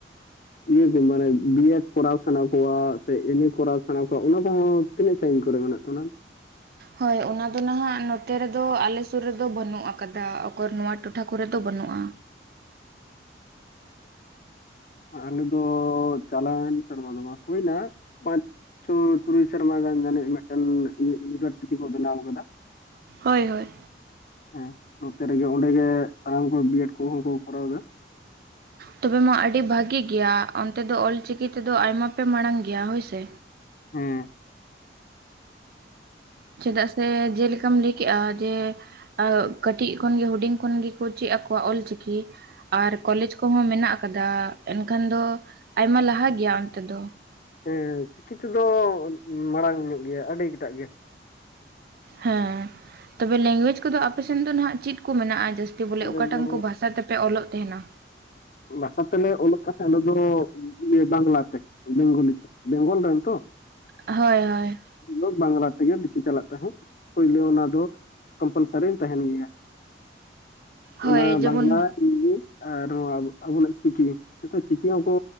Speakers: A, on the left; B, on the right.
A: ᱤᱭᱟᱹ ᱠᱚ ᱢᱟᱱᱮ ᱵᱤ. ᱭᱮ. ᱰ. ᱠᱚᱨᱟᱣ ᱥᱟᱱᱟ ᱠᱚᱣᱟ ᱥᱮ ᱮᱢ. ᱮ. ᱠᱚᱨᱟᱣ ᱥᱟᱱᱟ ᱠᱚᱣᱟ᱾ ᱚᱱᱟ ᱠᱚ ᱦᱚᱸ ᱛᱤᱱᱟᱹᱜ ᱥᱟᱺᱤᱧ ᱠᱚᱨᱮ ᱢᱮᱱᱟᱜ ᱚᱱᱟ ᱢᱟ?
B: ᱦᱳᱭ ᱚᱱᱟ ᱫᱚ ᱱᱟᱦᱟᱜ ᱱᱚᱛᱮ ᱨᱮᱫᱚ ᱟᱞᱮ ᱥᱩᱨ ᱨᱮᱫᱚ ᱵᱟᱹᱱᱩᱜ ᱟᱠᱟᱫᱟ᱾ ᱚᱠᱚᱨ ᱱᱚᱣᱟ ᱴᱚᱴᱷᱟ ᱠᱚᱨᱮ ᱫᱚ ᱵᱟᱹᱱᱩᱜᱼᱟ
A: ᱟᱸ ᱟᱞᱮ ᱫᱚ ᱪᱟᱞᱮᱱ ᱥᱮᱨᱢᱟ ᱫᱚ ᱢᱟ ᱦᱩᱭᱱᱟ ᱯᱟᱸᱪ ᱥ, ᱛᱩᱨᱩᱭ ᱥᱚᱨᱢᱟ ᱜᱟᱱ ᱟᱱᱤᱡ ᱢᱤᱫ ᱴᱮᱱ ᱤᱭᱩᱱᱤᱵᱷᱟᱨᱥᱤᱴᱤ ᱠᱚ ᱵᱮᱱᱟᱣ ᱠᱮᱫᱟ᱾
B: ᱦᱳᱭ ᱦᱳᱭ
A: ᱦᱮᱸ ᱱᱚᱛᱮ ᱨᱮ ᱜᱮ ᱚᱸᱰᱮ ᱜᱮ ᱥᱟᱱᱟᱢ ᱠᱚ ᱵᱤᱭᱮᱰ ᱠᱚ ᱦᱚᱸ ᱠᱚ ᱠᱚᱨᱟᱣᱫᱟ᱾
B: ᱛᱚᱵᱮ ᱢᱟ ᱟᱹᱰᱤ ᱵᱷᱟᱹᱜᱤ ᱜᱮᱭᱟ ᱚᱱᱛᱮ ᱫᱚ ᱚᱞᱪᱤᱠᱤ ᱛᱮᱫᱚ ᱟᱭᱢᱟ ᱯᱮ ᱢᱟᱲᱟᱝ ᱜᱮᱭᱟ ᱦᱳᱭ ᱥᱮ᱾
A: ᱦᱮᱸ ᱾
B: ᱪᱮᱫᱟᱜ ᱥᱮ, ᱡᱮ ᱞᱮᱠᱟᱢ ᱞᱟᱹᱭ ᱠᱮᱜᱼᱟ ᱡᱮ ᱟᱣ ᱠᱟᱹᱴᱤᱡ ᱠᱷᱚᱱ ᱜᱮ ᱦᱩᱰᱤᱧ ᱠᱷᱚᱱ ᱜᱮ ᱠᱚ ᱪᱮᱫ ᱟᱠᱚᱣᱟ ᱚᱞᱪᱤᱠᱤ ᱾ ᱟᱨ ᱠᱚᱞᱮᱡᱽ ᱠᱚᱦᱚᱸ ᱢᱮᱱᱟᱜ ᱟᱠᱟᱫᱟ, ᱮᱱᱠᱷᱟᱱ ᱫᱚ ᱟᱭᱢᱟ ᱞᱟᱦᱟ ᱜᱮᱭᱟ ᱚᱱᱛᱮ ᱫᱚ ᱾
A: ᱦᱮᱸ ᱪᱤᱠᱤ ᱛᱮᱫᱚ ᱢᱟᱲᱟᱝ ᱧᱚᱜ ᱜᱮᱭᱟ ᱟᱹᱰᱤ ᱠᱟᱴᱟᱜ ᱜᱮ ᱾
B: ᱦᱮᱸ, ᱛᱚᱵᱮ ᱞᱮᱝᱜᱩᱭᱮᱡ ᱠᱚᱫᱚ ᱟᱯᱮ ᱥᱮᱱ ᱫᱚ ᱱᱟᱦᱟᱜ ᱪᱮᱫ ᱠᱚ ᱢᱮᱱᱟᱜᱼᱟ ᱡᱟᱹᱥ ᱛᱤ ᱵᱚᱞᱮ
A: ᱟᱞᱮ
B: ᱚᱠᱟᱴᱟᱝ
A: ᱫᱚ
B: ᱠᱚ ᱵᱷᱟᱥ ᱛᱮ ᱯᱮ ᱚᱞᱚᱜ ᱛᱟᱦᱮᱱᱟ?
A: ᱵᱷᱟᱥᱟ ᱛᱮᱞᱮ ᱚᱞᱚᱜ ᱠᱟᱱ ᱛᱟᱦᱮᱸ ᱟᱞᱮ ᱫᱚ ᱤᱭᱟᱹ ᱵᱟᱝᱞᱟ ᱛᱮ ᱵᱮᱝᱜᱚᱞᱤ ᱛᱮ ᱾ ᱵᱮᱝᱜᱚᱞ ᱨᱮᱱ ᱛᱚ?
B: ᱦᱳᱭ ᱦᱳᱭ ᱾
A: ᱟᱫᱚ ᱵᱟᱝᱞᱟ ᱛᱮᱜᱮ ᱵᱤᱥᱤ ᱪᱟᱞᱟᱜ ᱛᱟᱦᱮᱸᱫ ᱯᱳᱭᱞᱳ ᱚᱱᱟ ᱫᱚ ᱠᱚᱢᱯᱟᱞᱥᱟᱨᱤ ᱛᱟᱦᱮᱱ ᱜᱮᱭᱟ ᱾
B: ᱦᱳᱭ
A: ᱚᱱᱟ
B: ᱡᱮᱢᱚᱱ
A: ᱵᱟᱝᱞᱟ, ᱤᱝᱞᱤᱥ ᱟᱨ ᱱᱚᱣᱟ ᱟᱵᱚᱱᱟᱜ ᱪᱤᱠᱤ ᱱᱚᱛᱚᱜ ᱪᱤᱠᱤ ᱦᱚᱸᱠᱚ